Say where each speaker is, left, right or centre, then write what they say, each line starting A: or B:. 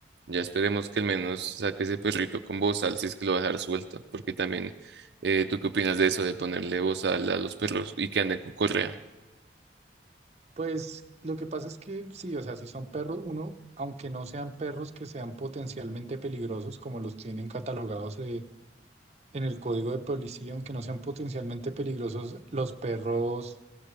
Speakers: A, on the right; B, on the right.
A: ya esperemos que al menos saque ese perrito con bozal si es que lo va a dejar suelto, porque también, eh, ¿tú qué opinas de eso, de ponerle bozal a los perros y que anden con correa?
B: Pues lo que pasa es que sí, o sea, si son perros, uno, aunque no sean perros que sean potencialmente peligrosos, como los tienen catalogados eh, en el código de policía, aunque no sean potencialmente peligrosos, los perros